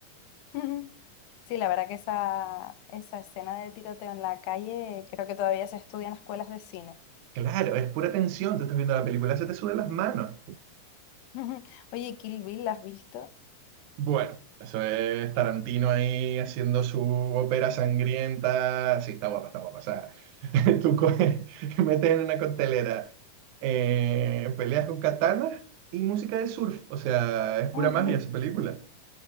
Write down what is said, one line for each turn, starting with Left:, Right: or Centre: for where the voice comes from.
Left: <laughs> Sí, la verdad que esa, esa escena de tiroteo en la calle creo que todavía se estudia en escuelas de cine.
Right: Claro, es pura tensión, tú estás viendo la película, se te suben las manos.
Left: <laughs> Oye, Kill Bill, ¿la has visto?
Right: Bueno, eso es Tarantino ahí haciendo su ópera sangrienta. Sí, está guapa, está guapa. O sea, <laughs> tú coges, <laughs> metes en una costelera eh, peleas con katanas y música de surf. O sea, es pura
Left: Ujú.
Right: magia esa película.